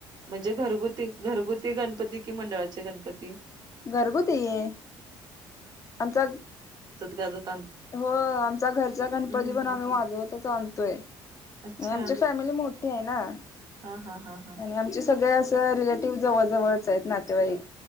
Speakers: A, on the right; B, on the left.
A: म्हणजे घरगुती घरगुती गणपती कि मंडळाचे गणपती
B: घरगुती <inaudible> ये आमचा
A: त्या
B: हो आमचा घरचा गणपती
A: हम्म
B: पण
A: हम्म
B: आम्ही
A: हम्म
B: वाजवतच आणतोय आणि
A: अच्छा
B: आमची फॅमिली मोठ मोठी आहे ना
A: हा हा हा हा
B: आणि आमचे सगळे असं रिलेटिव्ह जवळजवळच आहेत नातेवाईक